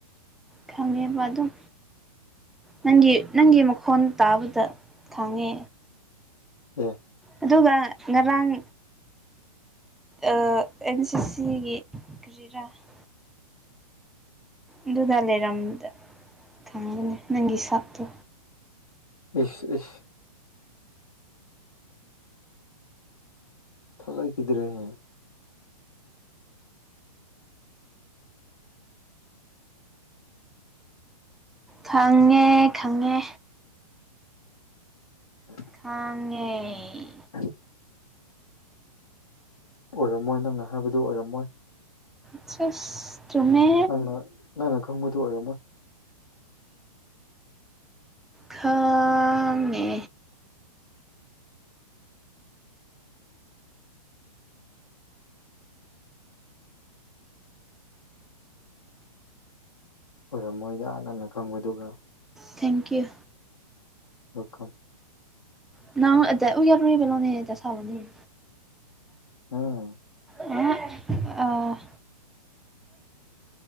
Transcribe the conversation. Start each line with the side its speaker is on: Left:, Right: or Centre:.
Centre: ꯈꯪꯉꯦꯕ ꯑꯗꯨꯝ ꯅꯪꯒꯤ ꯅꯪꯒꯤ ꯍꯣꯟ ꯇꯥꯕꯗ ꯈꯥꯡꯉꯦ
Left: ꯎꯝ
Centre: ꯑꯗꯨꯒ ꯉꯔꯥꯡ ꯑ ꯑꯦꯟ ꯁꯤꯁꯤꯒꯤ ꯀꯔꯤꯔꯥ <unintelligible> <inaudible> ꯑꯗꯨꯗ ꯂꯩꯔꯝꯗ ꯈꯪꯒꯅꯤ ꯅꯪꯒꯤ ꯁꯛꯇꯣ
Left: ꯏꯁ ꯏꯁ ꯊꯂꯥꯏ ꯀꯗ꯭ꯔꯦ ꯍꯦ
Centre: ꯈꯪꯉꯦ ꯈꯪꯉꯦ
Left: <unintelligible>
Centre: ꯈꯉꯦ <inaudible> <unintelligible>
Left: ꯑ <unintelligible> <inaudible> ꯑꯣꯏꯔꯝꯃꯣꯏ ꯅꯪꯅ ꯍꯥꯏꯕꯗꯨ ꯑꯣꯏꯔꯝꯃꯣꯏ
Centre: ꯑꯁ ꯆꯨꯝꯃꯦ
Left: ꯅꯪꯅ ꯅꯪꯅ ꯈꯪꯕꯗꯨꯣ ꯑꯣꯏꯔꯝꯃꯣꯏ
Centre: ꯈꯃꯦ
Left: ꯑꯣꯏꯔꯝꯃꯣꯏꯗ ꯍꯥꯟ ꯍꯟꯅ ꯈꯪꯕꯗꯨꯒ
Centre: ꯊꯦꯡꯀꯤ꯭ꯌꯨ
Left: ꯑꯣꯀ
Centre: ꯅꯗ ꯎ ꯌꯥꯔꯣꯅꯤ ꯄꯂꯂꯝꯅꯦꯗ ꯍꯕꯅꯤ
Left: ꯎꯝ
Centre: ꯑ